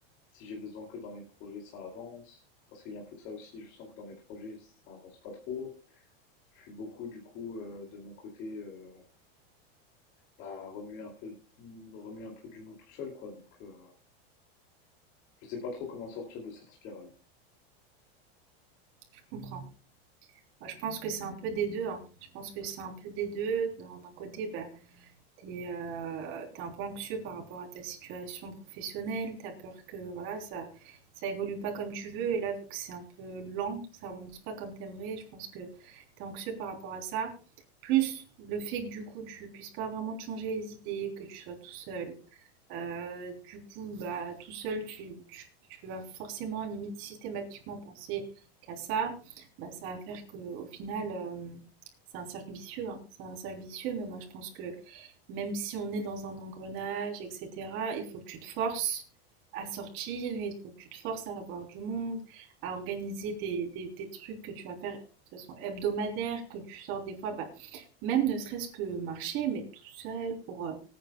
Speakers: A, on the left; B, on the right.
A: si j'ai besoin que dans mes projets ça avance. Parce qu'il y a un peu de ça aussi. Je sens que dans mes projets ça avance pas trop. Je suis beaucoup du coup euh, de mon côté euh, bah, remuer un peu remuer un peu du mou tout seul quoi. Donc euh, je sais pas trop comment sortir de cette spirale.
B: Je comprends. Moi, je pense que c'est un peu des deux. hein. Je pense que c'est un peu des deux. D'un d'un côté, bah, t'es euh, t'es un peu anxieux par rapport à ta situation professionnelle. T'as peur que voilà, ça ça évolue pas comme tu veux. Et là, vu que c'est un peu lent, ça avance pas comme t'aimerais. Je pense que t'es anxieux par rapport à ça. Plus le fait que du coup, tu puisses pas vraiment te changer les idées, que tu sois tout seul, euh, du coup, bah, tout seul, tu, tu- tu vas forcément, limite, systématiquement penser qu'à ça. Bah, ça va faire qu'au final, euh, c'est un cercle vicieux, hein. C'est un cercle vicieux, mais moi, je pense que même si on est dans un engrenage, etc., il faut que tu te forces à sortir, il faut que tu te forces à avoir du monde, à organiser des, des- des trucs que tu vas faire de façon hebdomadaire, que tu sors des fois, bah, même ne serait-ce que marcher, mais tout seul pour... euh,